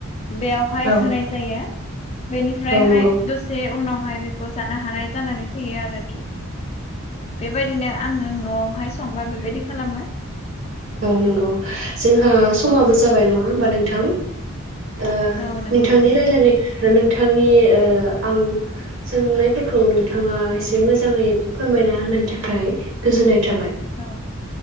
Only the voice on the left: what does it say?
बेवहाय
होनाय जायो बेनिफ्रायहाय
दसे उनाव हाय बेखौ जानो हानाय जानानै फैयो आरोखि बेबायदिनो आङो नआवहाय संबा बेबायदि खालामो
औ
औ नंगौ
नोंथां
औ।